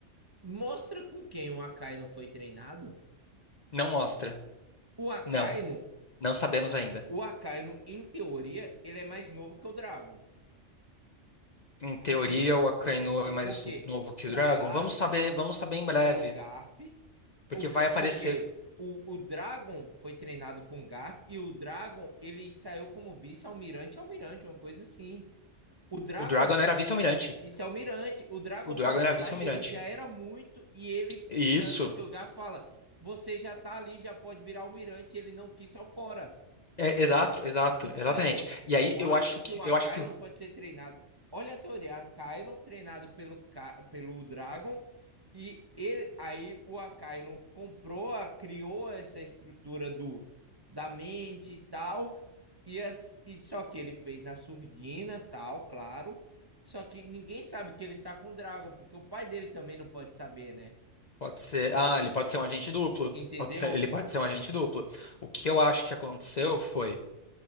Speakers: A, on the right; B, on the left.
A: Mostra com quem o Akainu foi treinado.
B: Não mostra.
A: O Akainu,
B: Não, não sabemos ainda.
A: o Akainu, em teoria, ele é mais novo que o Dragon.
B: Em teoria,
A: Porque,
B: o Akainu é mais
A: porque
B: novo que o Dragon.
A: o Garp
B: Vamos saber, vamos saber em breve,
A: era o Garp,
B: porque
A: O
B: vai aparecer.
A: porque o, o Dragon foi treinado com o Garp e o Dragon ele saiu como vice-almirante, almirante, uma coisa assim. O Dragon,
B: O Dragon era vice-almirante.
A: vice-almirante, o Dragon
B: O Dragon
A: quando
B: era
A: sai,
B: vice-almirante.
A: ele já era muito e ele,
B: Isso.
A: tanto que o Garp fala, você já tá ali, já pode virar almirante, ele não quis ao fora.
B: É, exato, exato,
A: Então,
B: exatamente. E
A: eu
B: aí eu
A: acho
B: acho
A: que
B: que
A: o Akainu
B: eu acho que o-
A: pode ser treinado. Olha a teoria, Akainu treinado pelo, pelo Dragon e ele, aí o Akainu comprou, criou essa estrutura do da mente e tal, e, as, e só que ele fez na surdina, tal, claro. Só que ninguém sabe que ele tá com o Dragon, porque o pai dele também não pode saber, né?
B: pode ser, ah, ele pode ser um agente duplo.
A: Entendeu?
B: Pode ser, ele pode ser um agente duplo. O que eu acho que aconteceu foi